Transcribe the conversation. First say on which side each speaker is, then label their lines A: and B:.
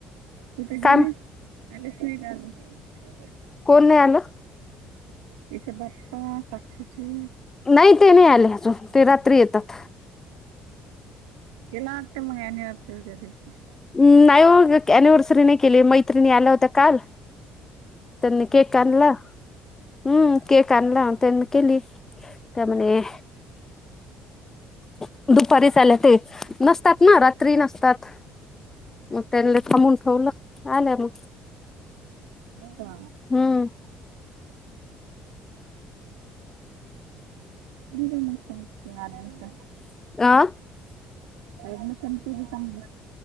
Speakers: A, on the right; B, on the left.
A: तिथ गेली
B: काम
A: आलेच नाही का
B: कोण नाही आलं
A: तिचे बाप्पा साक्षीची
B: नाही ते नाही आले अजून ते रात्री येतात
A: ह्यला आत मग अनिवर्सरी दिवशी
B: म नाही हो अनिव्हर्सरी नाही केली मैत्रिणी आल्या होत्या काल त्यांनी केक आणला हम्म केक आणला त्यांनी केली त्यामुळे ह दुपारीच आल्या ते नसतात ना रात्री नसतात मग त्यानले थांबून होलं आल्या मग
A: हो का
B: हम्म
A: <inaudible> ब मुतते आमष
B: अ
A: अऍडमिशन केली सांग